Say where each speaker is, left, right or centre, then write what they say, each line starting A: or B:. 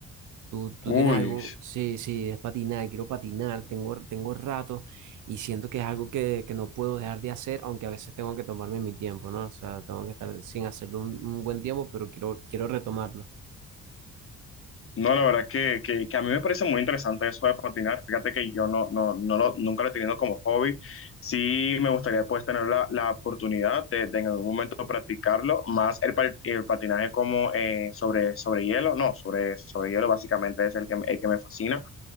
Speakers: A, on the right; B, on the left.
A: ¿Tú, tú
B: Uy,
A: tienes algo? Sí, sí, es patinar, quiero patinar, tengo, tengo rato y siento que es algo que, que no puedo dejar de hacer, aunque a veces tengo que tomarme mi tiempo, ¿no? O sea, tengo que estar sin hacerlo un, un buen tiempo, pero quiero, quiero retomarlo.
B: no, la verdad que, que, que a mí me parece muy interesante eso de patinar. Fíjate que yo no, no, no lo, nunca lo he tenido como hobby. Sí me gustaría pues tener la, la oportunidad de, de en algún momento practicarlo, más el, pa- el patinaje como eh, sobre, sobre hielo, no, sobre, sobre hielo básicamente es el que, el que me fascina.